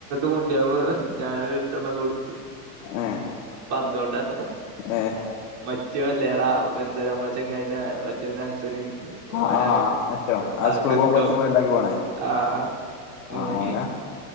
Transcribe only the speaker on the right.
മുണ്ടിയാവോ ഞാനൊരറ്റന്നാണ്ട് കൊടുത്ത്.
പന്തോണ്ട്. താട്ടോ.
മറ്റൊല്യടാ. എന്താ നമ്മ ചെങ്ങായിന്റെ മറ്റോൻ അൻസന്.
ഓനാണ്
ആഹ്
കിർക്കം.
ആഹ് ആഹ്
ഓന്